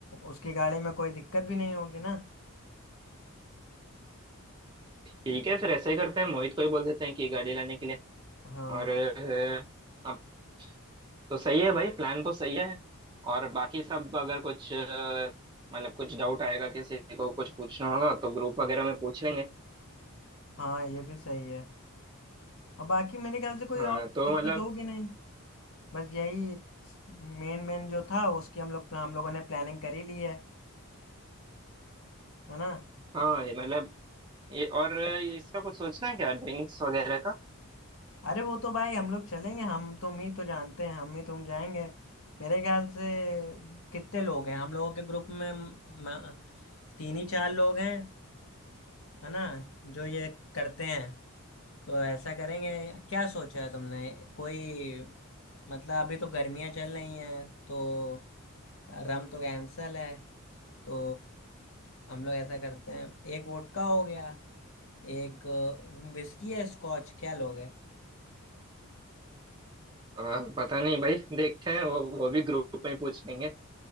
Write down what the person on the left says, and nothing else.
उसकी गाड़ी में कोई दिक्कत भी नहीं होगी ना
हाँ
हाँ ये भी सही है और बाकी मेरे ख्याल से कोई
और
दिक्कत
होगी नहीं बस यही मेन मेन जो था उसकी हम लोग हम लोगों ने प्लानिंग कर ही ली है है ना
अरे वो तो भाई हम लोग चलेंगे हम तुम ही तो जानते हैं हम ही तुम जाएंगे मेरे ख्याल से कितने लोग हैं हम लोगों के ग्रुप में म, तीन ही चार लोग हैं है ना जो ये करते हैं तो ऐसा करेंगे क्या सोचा है तुमने कोई मतलब अभी तो गर्मियां चल रही हैं तो रम तो कैंसल है तो हम लोग ऐसा करते हैं एक वोडका हो गया एक विस्की है स्कॉच क्या लोगे